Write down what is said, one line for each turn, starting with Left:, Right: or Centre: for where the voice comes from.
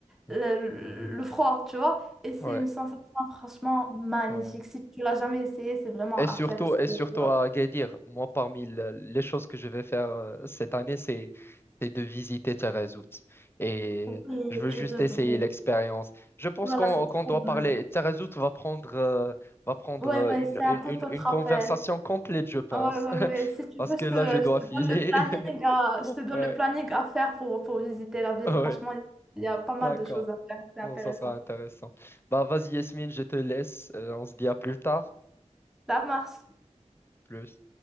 Left: mhm.
Centre: le, le froid, tu vois. Et c'est
Left: Ouais,
Centre: une sensation franchement magnifique.
Left: ouais.
Centre: Si tu l'as jamais essayé, c'est vraiment
Left: Et
Centre: à
Left: surtout,
Centre: faire. parce
Left: et
Centre: que,
Left: surtout
Centre: wow.
Left: à Agadir, moi, parmi le- les choses que je vais faire euh, cette année, c'est c'est de visiter Taghazout. Et
Centre: Oui,
Left: je veux
Centre: tu
Left: juste
Centre: devrais.
Left: essayer l'expérience. Je pense
Centre: Ouh là
Left: qu'on
Centre: là, c'est
Left: qu'on
Centre: trop
Left: doit
Centre: bien.
Left: parler. Taghazout va prendre, euh, va prendre
Centre: Ouais,
Left: euh,
Centre: ouais,
Left: une,
Centre: c'est
Left: une,
Centre: un tout
Left: une,
Centre: autre
Left: une conversation
Centre: appel.
Left: complète, je pense.
Centre: Ah Ouais, ouais,
Left: <laughs>
Centre: ouais. Si tu
Left: Parce
Centre: veux,
Left: que
Centre: je te,
Left: là,
Centre: je
Left: je dois
Centre: te
Left: filer.
Centre: donne le planning
Left: <laughs>
Centre: à, je te donne
Left: Ouais,
Centre: le planning à faire pour, pour visiter la ville.
Left: ouais,
Centre: Franchement, il y a pas mal
Left: d'accord.
Centre: de choses à faire. C'est intéressant.
Left: Bon, ça sera intéressant. Bah, vas-y, Yasmine, je te laisse. Euh, on se dit à plus tard.
Centre: Ça marche.
Left: Plus.